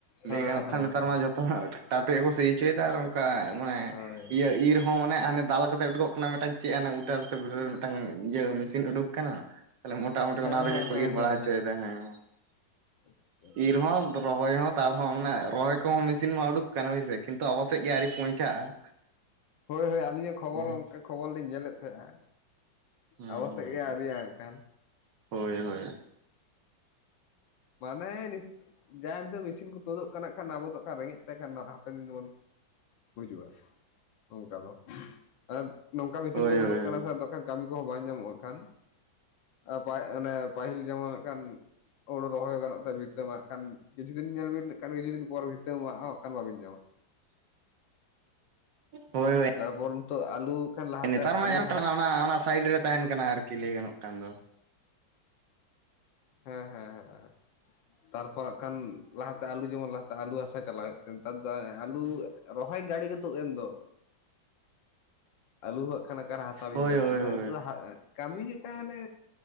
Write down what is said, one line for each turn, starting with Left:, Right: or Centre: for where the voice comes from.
Left: ᱦᱮᱸ
Right: ᱞᱟᱹᱭ ᱜᱟᱱᱚᱜ
Left: ᱦᱮᱸ
Right: ᱠᱷᱟᱱ ᱱᱮᱛᱟᱨ
Left: ᱦᱮᱸ
Right: ᱢᱟ ᱡᱚᱛ ᱛᱟ ᱦᱟᱸᱜ ᱴᱟᱠᱴᱟᱨ ᱛᱮᱜᱮ ᱠᱚ ᱥᱤ ᱦᱚᱪᱚᱭᱮᱫᱟ ᱟᱨ ᱚᱱᱠᱟ ᱢᱟᱱᱮ
Left: ᱦᱳᱭ
Right: ᱤᱭᱟᱹ ᱤᱨ ᱦᱚᱸ ᱢᱟᱱᱮ ᱦᱟᱱᱮ ᱫᱟᱞ ᱠᱟᱛᱮ ᱩᱰᱩᱠᱚᱜ ᱠᱟᱱᱟ ᱢᱤᱫᱴᱟᱝ ᱪᱮᱫ ᱦᱟᱱᱮ ᱩᱴᱟᱨ ᱥᱮ <inaudible> ᱢᱤᱫᱴᱟᱝ ᱤᱭᱟᱹ ᱢᱮᱥᱤᱱ ᱩᱰᱩᱠ ᱟᱠᱟᱱᱟ, ᱛᱟᱦᱚᱞᱮ ᱢᱚᱴᱟᱢᱩᱴᱤ
Left: ᱦᱮᱸ
Right: ᱚᱱᱟ ᱛᱮᱜᱮ
Left: ᱦᱮᱸ
Right: ᱠᱚ
Left: ᱦᱮᱸ
Right: ᱤᱨ ᱵᱟᱲᱟ
Left: ᱦᱮᱸ
Right: ᱦᱚᱪᱚᱭᱮᱫᱟ ᱦᱮᱸ᱾
Left: ᱟᱪᱪᱷᱟ ᱟᱪᱪᱷᱟ
Right: ᱤᱨ ᱦᱚᱸ ᱨᱚᱦᱚᱭ ᱦᱚᱸ ᱫᱟᱞ ᱦᱚᱸ ᱢᱟᱱᱮ ᱨᱚᱦᱚᱭ ᱠᱚᱦᱚᱸ ᱢᱮᱥᱤᱱ ᱢᱟ ᱩᱰᱩᱠ ᱟᱠᱟᱱᱟ ᱦᱳᱭ ᱥᱮ ᱠᱤᱱᱛᱩ ᱟᱵᱚ ᱥᱮᱫ ᱜᱮ ᱟᱹᱣᱨᱤ ᱯᱳᱣᱪᱷᱟᱜᱼᱟ
Left: ᱦᱳᱭ ᱦᱳᱭ ᱟᱹᱞᱤᱧ ᱦᱚᱸ ᱠᱷᱚᱵᱚᱨ
Right: ᱦᱩᱸ
Left: ᱚᱱᱠᱟ ᱠᱷᱚᱵᱚᱨ ᱞᱤᱧ ᱧᱮᱞᱮᱫ ᱛᱟᱦᱮᱸᱜ-ᱟ
Right: ᱦᱩᱸ
Left: ᱟᱵᱚ
Right: ᱦᱩᱸ
Left: ᱥᱮᱫ ᱜᱮ ᱟᱹᱣᱨᱤᱭᱟ ᱦᱟᱸᱜ ᱠᱷᱟᱱ᱾
Right: ᱦᱳᱭ ᱦᱳᱭ᱾
Left: ᱢᱟᱱᱮ ᱱᱤᱛ ᱡᱟ ᱦᱤᱛᱳᱜ ᱢᱮᱥᱤᱱ ᱠᱚ ᱛᱩᱫᱚᱜ ᱠᱟᱱᱟ ᱠᱷᱟᱱ ᱟᱵᱚᱫᱚ ᱠᱷᱟᱱ ᱨᱮᱸᱜᱮᱡ ᱛᱮ ᱠᱷᱟᱱ ᱦᱟᱯᱮᱱ ᱫᱤᱱ ᱫᱚᱵᱚᱱ ᱵᱩᱡᱩᱜᱼᱟ ᱚᱱᱠᱟ ᱫᱚ ᱟᱨ ᱱᱚᱝᱠᱟ ᱢᱮᱥᱤᱱ
Right: ᱦᱳᱭ
Left: ᱠᱚ ᱛᱩᱫᱩᱜ
Right: ᱦᱳᱭ
Left: ᱠᱟᱱᱟ ᱥᱮ ᱟᱫᱚ ᱠᱷᱟᱱ ᱠᱟᱹᱢᱤ ᱠᱚᱦᱚᱸ ᱵᱟᱝ ᱧᱟᱢᱚᱜ-ᱟ ᱠᱷᱟᱱ᱾ ᱟ ᱯᱟ ᱚᱱᱮ ᱯᱟᱹᱦᱤᱞ ᱡᱮᱢᱚᱱ ᱦᱟᱜ ᱠᱷᱟᱱ ᱦᱳᱲᱩ ᱨᱚᱦᱚᱭ ᱜᱟᱱᱚᱜ ᱛᱟᱭᱟ <inaudible> ᱢᱟ ᱦᱟᱜ ᱠᱷᱟᱱ ᱠᱤᱪᱷᱩ ᱫᱤᱱ ᱧᱮᱞᱵᱤᱱᱱ ᱠᱷᱟᱱ ᱠᱤᱪᱷᱩ ᱫᱤᱱ ᱯᱚᱨ ᱵᱷᱤᱛᱟᱹ ᱢᱟᱜ ᱦᱚᱸ ᱠᱷᱟᱱ ᱵᱟᱵᱤᱱ ᱧᱟᱢᱟ᱾
Right: ᱦᱳᱭ ᱦᱳᱭ᱾
Left: ᱛᱟᱨᱯᱚᱨ ᱱᱤᱛᱳᱜ ᱟᱞᱩ ᱠᱷᱟᱱ ᱞᱟᱦᱟᱛᱮ
Right: ᱱᱮᱛᱟᱨ
Left: ᱟᱞᱩ
Right: ᱢᱟ
Left: ᱦᱟᱥ
Right: <inaudible> ᱚᱱᱟ ᱚᱱᱟ ᱥᱟᱭᱤᱰ ᱨᱮ ᱛᱟᱦᱮᱱ ᱠᱟᱱᱟ ᱟᱨᱠᱤ ᱞᱟᱹᱭ ᱜᱟᱱᱚᱜ ᱠᱷᱟᱱ ᱫᱚ᱾
Left: ᱦᱮᱸ ᱦᱮᱸ ᱦᱮᱸ ᱛᱟᱨᱯᱚᱨ ᱦᱟᱠᱷᱟᱱ ᱞᱟᱦᱟᱛᱮ ᱟᱞᱩ ᱡᱮᱢᱚᱱ ᱞᱟᱦᱟᱛᱮ ᱟᱞᱩ ᱦᱟᱥᱟ ᱪᱟᱞᱟᱣ ᱦᱩᱭᱩᱜ ᱛᱟᱦᱮᱱ ᱱᱮᱛᱟᱨ ᱫᱚ ᱟᱞᱩ ᱨᱚᱦᱚᱭ ᱜᱟᱲᱤ ᱜᱮ ᱛᱩᱫ ᱮᱱ ᱫᱚ᱾ ᱟᱞᱩ ᱦᱚᱸ ᱦᱟᱜ ᱠᱷᱟᱱ ᱚᱠᱟᱨᱮ ᱦᱟᱥᱟ ᱵᱤᱱ
Right: ᱦᱳᱭ
Left: ᱪᱟᱞᱟᱜᱼᱟ
Right: ᱦᱳᱭ
Left: ᱟᱱᱮ
Right: ᱦᱳᱭ
Left: ᱞᱟᱦᱟ ᱠᱟᱹᱢᱤ ᱞᱮᱠᱟ ᱟᱱᱮ